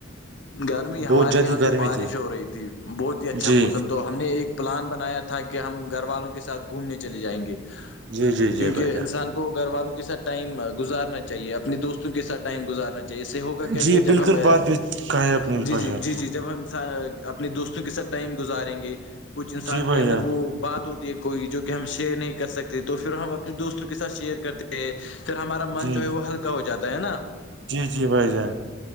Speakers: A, on the left; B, on the right.
A: گرمی ہمارے
B: بہت زیادہ
A: یہاں
B: گرمی
A: تو بارش
B: تھی
A: ہو رہی تھی بہت ہی اچھا
B: جی
A: موسم تو ہم نے ایک پلان بنایا تھا کہ ہم گھر والوں کے ساتھ گھومنے چلے جائیں گے
B: جی جی
A: کیونکہ
B: جی بھائی جان
A: انسان کو گھر والوں کے ساتھ ٹائم گزارنا چاہیے اپنے دوستوں کے ساتھ ٹائم گزارنا چاہیے اس سے ہوگا کیا
B: جی
A: کہ جب
B: بالکل
A: ہم
B: بات بھی کہیں اپنی
A: جی
B: بھائی
A: جی جی
B: جان
A: جی جی جب ہم انان اپنے دوستوں کے ساتھ ٹائم گزاریں گے کچھ انسان
B: جی
A: کے
B: بھائی
A: اندر
B: جان
A: وہ بات ہوتی ہے کوئی جو کہ ہم شیئر نہیں کر سکتے تو پھر ہم اپنے دوستوں کے سھ شیئر کرتے پھر ہمارا من
B: جی
A: جو ہے وہ ہلکا ہو جاتا ہے نا
B: جی جی بھائی جان